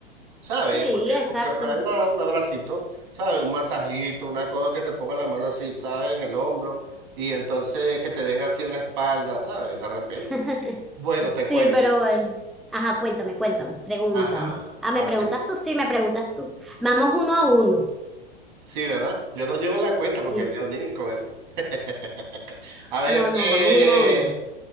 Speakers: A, on the right; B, in the centre.
A: ¿sabes?
B: Sí,
A: Porque
B: exacto.
A: nunca está de más un abracito, ¿sabes? Un masajito, una cosa que te pongan la mano así, ¿sabes? En el hombro y entonces que te den así en la espalda, ¿sabes? De repente.
B: <laughs>
A: Bueno, te cuento.
B: Sí, pero bueno. Ajá, cuéntame, cuéntame, pregúntame.
A: Ajá,
B: Ah,
A: fácil.
B: ¿me preguntas tú? Sí, me preguntas tú. Vamos uno a uno.
A: Sí, ¿verdad? Yo no llevo la cuenta
B: Sí.
A: porque ya ni con él. <laughs> A ver,
B: No, no,
A: eh,
B: vamos uno a uno.